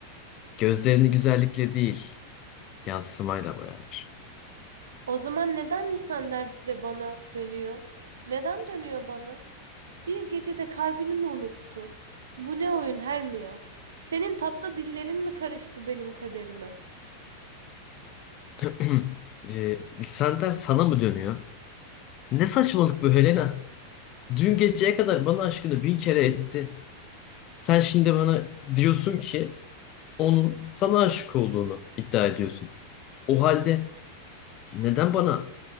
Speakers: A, on the left; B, on the right.
A: Gözlerini güzellikle değil, yansımayla boyarlar.
B: O zaman neden lisanlar de bana dönüyor? Neden dönüyor bana? Bir gecede kalbini mi unuttu? Bu ne oyun Hermia? Senin tatlı dillerin mi karıştı benim kaderime?
A: <clears throat> e, lisanlar sana mı dönüyor? Ne saçmalık bu Helena? Dün geceye kadar bana aşkını bin kere etti. Sen şimdi bana diyorsun ki onun sana aşık olduğunu iddia ediyorsun. O halde neden bana